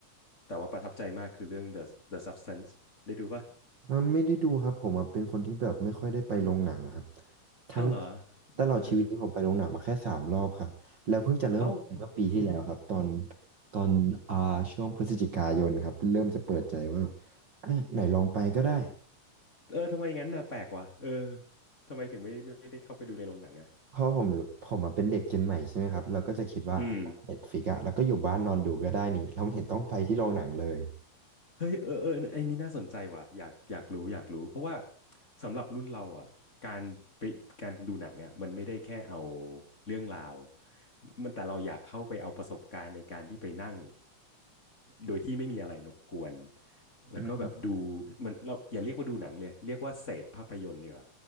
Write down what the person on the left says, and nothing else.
แต่ว่าประทับใจมากคือเรื่อง The The Substance ได้ดูป่ะ
อ้าวเหรอ
เออเอ้า <laughs>
เออทำไมงั้นน่ะแปลกว่ะเออทำไมถึงไม่ไม่ได้เข้าไปดูในโรงหนังอ่ะ
อืม
เฮ้ยเออเออไอ้นี่น่าสนใจว่ะอยากอยากรู้อยากรู้เพราะว่าสำหรับรุ่นเราอ่ะการไปการดูหนังอ่ะมันไม่ได้แค่เอาเรื่องราวมันแต่เราอยากเข้าไปเอาประสบการณ์ในการที่ไปนั่งโดยที่ไม่มีอะไรรบกวนแล้วก็แบบดู
มันเราอย่าเรียกว่าดูหนังเลยเรียกว่าเสพภาพยนตร์ดีกว่า